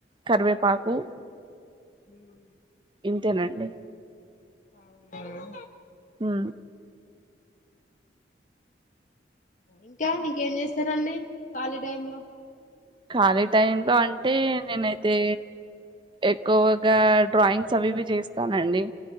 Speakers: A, on the right; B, on the left.
A: కరివేపాకు
B: హమ్
A: ఇంతేనండి
B: అవునా
A: ఆ
B: ఇంకా ఇంకేం చేస్తారంండి ఖాళీ టై లో
A: ఖాళీ టై లో అంటే నేనైతే ఎక్కువగా డ్రాయింగ్స్ అవివి చేస్తానండి